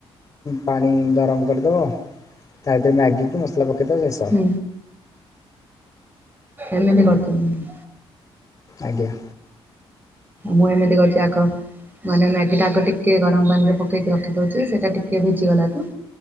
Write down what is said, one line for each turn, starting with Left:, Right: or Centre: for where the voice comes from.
Left: ପାଣି ଗରମ କରିଦବ ତା ଭିତରେ ମ୍ୟାଗିକି ମସଲା ପକେଇ ଦବ ବେସ୍।
Right: ହୁଁ ଏମିତି କରୁଛ ମ୍ୟାଗି।
Left: ଆଜ୍ଞା।
Right: ମୁଁ ଏମିତି କରୁଛି ଆଗ। ମାନେ ମ୍ୟାଗିଟା ଆଗ ଟିକେ ଗରମ ପାଣି ରେ ପକେଇକି ରଖିଦଉଛି ସେଇଟା ଟିକେ ଭିଜିଗଲା ଠୁ।